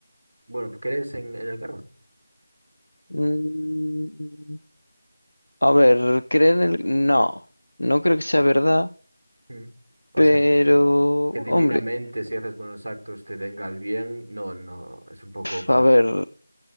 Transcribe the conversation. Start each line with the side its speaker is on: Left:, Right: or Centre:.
Right: Bueno, pues crees en, en el karma.
Left: Mm, a ver, creer en el... No, no creo que sea verdad,
Right: Mm. O
Left: pero...
Right: sea, que, que divinamente
Left: Hombre,
Right: si haces buenos actos te venga el bien, no, no, es un poco
Left: pf, a
Right: raro.
Left: ver,